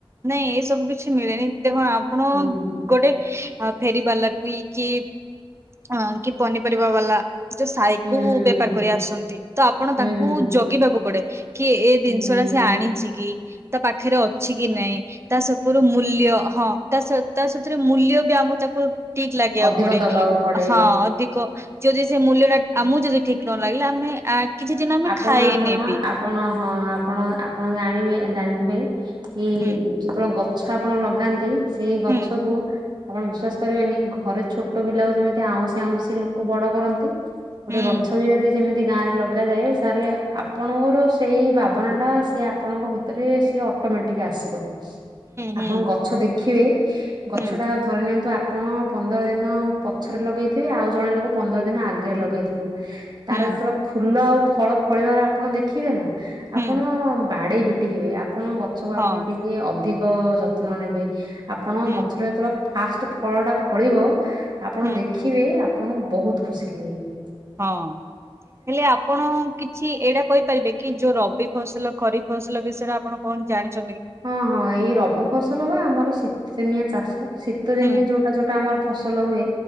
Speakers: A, on the right; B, on the right.
A: ନାଇଁ ଏସବୁ କିଛି ମିଳେନି। ଦେଖ ଆପଣ
B: ହୁଁ
A: ଗୋଟେ ଆ ଫେରି ବାଲା ବି କି ହଁ, କି ପନିପରିବା ବାଲା ସେ ସାଇକୁ
B: ହୁଁ
A: ବେପାର
B: ହୁଁ
A: କରି ଆସନ୍ତି, ତ ଆପଣ
B: ହୁଁ
A: ତାଙ୍କୁ
B: ହୁଁ
A: ଜଗିବାକୁ ପଡେ଼। କିଏ ଏ
B: ହୁଁ
A: ଦିନିଷଟା
B: ହୁଁ।
A: ସିଏ ଆଣିଚି କି, ତା ପାଖରେ ଅଛି କି ନାଇଁ ତା ସପୁରୁ ମୂଲ୍ୟ ହଁ, ତା ସ ତା ସେଥିରେ ମୂଲ୍ୟ ବି ଆମକୁ ତାକୁ ଠିକ ଲାଗିବାକୁ
B: ଅଧିକ
A: ପଡେ।
B: ଦବାକୁ ପଡେ।
A: ହଁ, ଅଧିକ ଯଦି ସେ ମୂଲ୍ୟଟା ଆମକୁ ଯଦି ଠିକ ନ ଲାଗିଲା, ଆମେ ଆ କିଛି ଦିନ ଆମେ
B: ଆପଣ
A: ଖାଏନି
B: ଆପଣ
A: ବି।
B: ଆପଣ, ହଁ ଆପଣ ଆପଣ ଜାଣିବେ ଜାଣିଥିବେ, କି
A: ହୁଁ
B: ଯେତେବେଳେ ଗପ୍ ଗଛ ଆପଣ ଲଗାନ୍ତି, ସେଇ ଗଛକୁ
A: ହୁଁ
B: ଆପଣ ବିଶ୍ଵାସ କରିବେନି, ଘରେ ଛୋଟ ପିଲାକୁ ଯେମିତି ଆଉଁସି ଆଉଁସି ଲୋକ ବଡ଼ କରନ୍ତି ଗୋଟେ
A: ହୁଁ
B: ଗଛ ବି ଯଦି ସେମିତି ଗାଁରେ ଲଗାଯାଏ ତାହେଲେ ଆପଣଙ୍କର ସେଇ ଭାବନାଟା ସିଏ ଆପଣଙ୍କ ଭିତରେ ସିଏ ଅଟୋମେଟିକ୍ ଆସିବ।
A: ହୁଁ ହୁଁ
B: ଆପଣଙ୍କୁ ଗଛ ଦେଖିବେ, ଗଛଟା
A: ହୁଁ
B: ଧରି ନିଅନ୍ତୁ ଆପଣ ପନ୍ଦର ଦିନ ପଛରେ ଲଗେଇଥିବେ, ଆଉ ଜଣେ ଲୋକ ପନ୍ଦର ଦିନ ଆଗରେ ଲଗେଇଥିବ ତାର
A: ହୁଁ
B: ଯେତେବେଳେ ଫୁଲ ଆଉ ଫଳ ଫଳିବାର ଆପଣ ଦେଖିବେ ନା,
A: ହୁଁ
B: ଆପଣ ବାଡ଼େଇ ପିଟି ହେବେ, ଆପଣ ଗଛକୁ
A: ହଁ
B: ଆପଣ ଟିକିଏ ଅଧିକ ଯତ୍ ତ୍ନ ନେବେ, ଆପଣଙ୍କ
A: ହୁଁ
B: ଗଛରେ ଯେତେବେଳେ ଫାଷ୍ଟ ଫଳଟା ଫଳିବ, ଆପଣ
A: ହୁଁ
B: ଦେଖି ଦେଖିବେ, ଆପଣଙ୍କୁ ବହୁତ ଖୁସି ଲାଗିବେ।
A: ହଁ, ହେଲେ ଆପଣ କିଛି ଏଇଟା କହିପାରିବେ କି, ଯୋଉ ରବି ଫସଲ, ଖରିଫ ଫସଲ ବିଷୟରେ ଆପ୍ ଆପଣ କଣ ଜାଣିଚନ୍ତ
B: ହଁ ହଁ, ଏଇ ରବି ଫସଲ ବା ଆମର ଶୀତ ଦିନିଆ ଚାଷ, ଶୀତ ଦିନିଆ
A: ହୁଁ
B: ଯୋଉଟା ଯୋଉଟା ଆମର ଫସଲ ହୁଏ